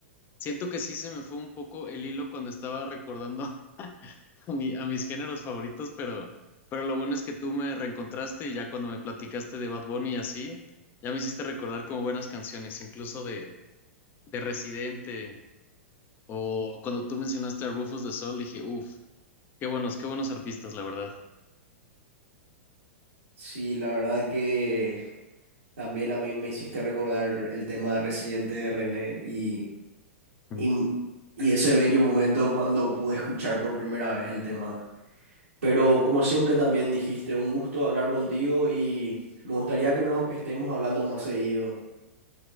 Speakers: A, on the left (about 30°); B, on the right (about 80°).
A: Siento que sí se me fue un poco el hilo cuando estaba recordando <laughs> a, mi- a mis géneros favoritos, pero, pero lo bueno es que tú me reencontraste y ya cuando me platicaste de Bad Bunny y así, ya me hiciste recordar como buenas canciones, incluso de, de Residente o cuando tú mencionaste a Rufus de Sol, dije, uff, qué buenos, qué buenos artistas, la verdad.
B: Sí, la verdad que también a mí me hiciste recordar el tema residente de René y, y,
A: Mm,
B: y ese bello momento cuando pude escuchar por primera vez el tema. Pero como siempre también dijiste, un gusto hablar contigo y me gustaría que, nos, que estemos hablando más seguido.